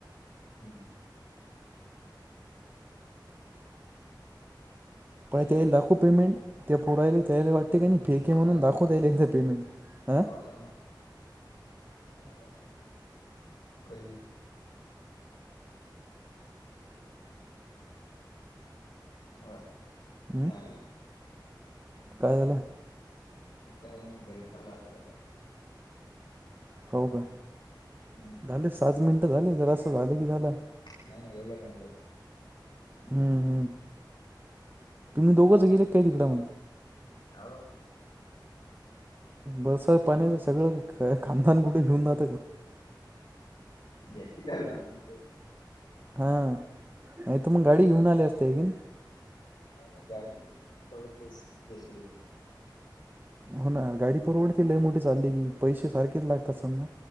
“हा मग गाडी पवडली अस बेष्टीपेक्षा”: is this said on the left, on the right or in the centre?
Left